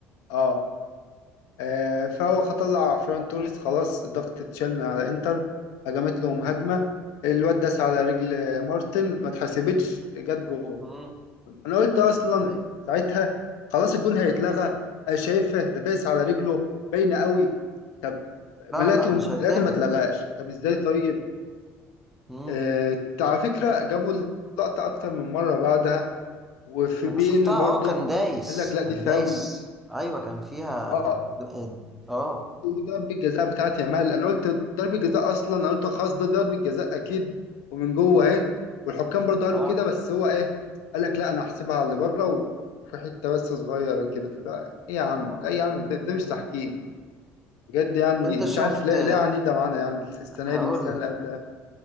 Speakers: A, on the left; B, in the centre.
A: اه آه، فهو طلع فيران توريس خلاص ضغط اتشال من على انتر هجمت لهم هجمة الواد داس على رجل مارتن ما اتحسبتش جت جول
B: مم.
A: انا قلت اصلا
B: ايوه
A: ساعتها خلاص الجون هيتلغى انا شايفه ده داس على رجله باينة قوي طب
B: لا
A: ما لقيتهم
B: لا مش
A: لقيتهم
B: هيتلغي
A: ما اتلغاش طب ازاي طيب
B: مم.
A: آه على فكرة جابوا اللقطة اكتر من مرة بعدها وفي
B: انا
A: بي
B: شفتها
A: ان برضه
B: اه كان دايس
A: قال لك لا
B: كان
A: دي فاول
B: دايس ايوه كان فيها
A: اه
B: د- اه
A: وضربة جزاء بتاعت يامال انا قلت ضربة جزاء اصلا انا قلت خلاص ده ضربة جزاء اكيد ومن جوه اهي والحكام برضه قالوا
B: اه
A: كده بس هو ايه قال لك لا انا هحسبها على اللي بره وفي حته بس صغيره كده فلا ايه يا عم
B: اه
A: لا يا عم ده, ده مش تحكيم بجد يعني
B: انت
A: مش
B: شفت
A: عارف لا لا يعني ده معانا يعني السنه
B: هقول
A: دي والسنه اللي
B: لك
A: قبلها